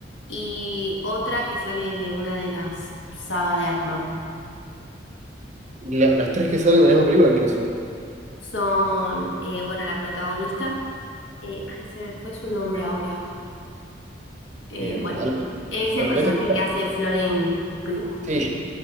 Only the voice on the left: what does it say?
y otra que sale de una de las sagas de Atman.
Son, eh, bueno, la protagonista, eh, ay, se me fue su nombre ahora. Eh,
bueno,
él es el
personaje que hace Florence Pugh,
¿es?